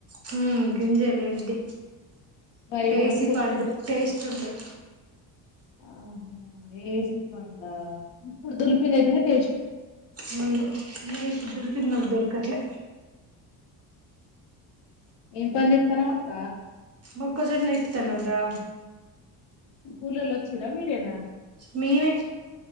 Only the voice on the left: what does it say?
మరి ఇప్పుడు
నువ్వు పొట్టు
ఆహ వేసికోండా ఇప్పుడు దులిపిండైతేనే తే
ఏం పని చెత్తన్నవ్ అక్క
కూలోళ్ళు ఒచ్చిన్ర మీరేనా